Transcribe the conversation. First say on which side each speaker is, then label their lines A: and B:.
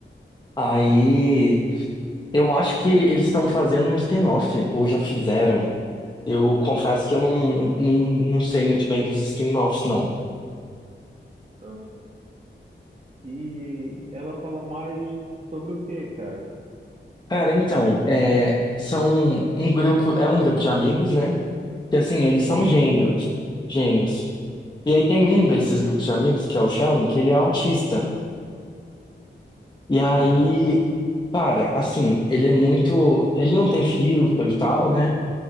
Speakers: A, on the left (about 25°); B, on the right (about 35°).
A: aí eu acho que eles estão fazendo um spin-off, ou já fizeram. Eu confesso que eu não, não, não sei muito bem dos spin-offs, não.
B: Aham. E ela fala mais sobre o quê, cara?
A: Cara, então, é, são um grupo, é um grupo de amigos, né? Que assim, eles
B: Uhum.
A: são gênios, gênios. E aí tem um desses grupos de amigos, que é o Sheldon, que ele é autista. E aí,
B: Aham,
A: cara, assim, ele é muito. Ele não tem filtro e tal, né?